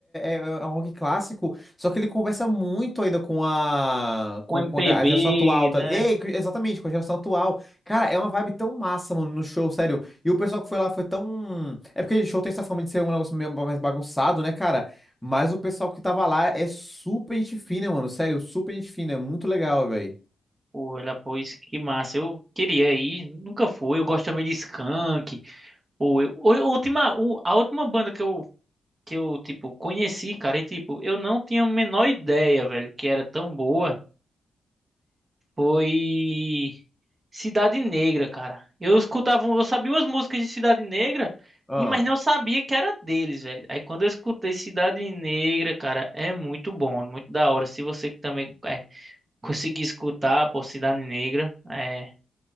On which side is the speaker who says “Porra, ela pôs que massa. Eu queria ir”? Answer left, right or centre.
Right